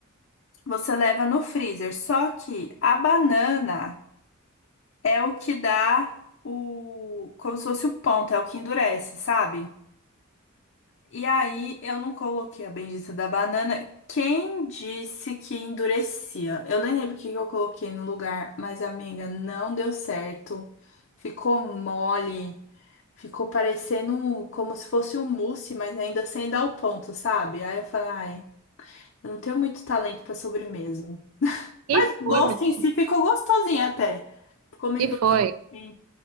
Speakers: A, on the left (about 60°); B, on the right (about 85°).
A: Você leva no freezer. Só que a banana é o que dá o. Como se fosse o ponto, é o que endurece, sabe? E aí eu não coloquei a bendita da banana. Quem disse que endurecia? Eu nem lembro o que que eu coloquei no lugar, mas amiga, não deu certo. Ficou mole, ficou parecendo um- como se fosse um mousse, mas ainda sem dar o ponto, sabe? Aí eu falei, ai, eu não tenho muito talento pra sobremesa.
B: E
A: Gosto
B: foi, meu?
A: em
B: Deus?
A: si ficou gostosinho até. Ficou meio
B: E
A: docinho.
B: foi.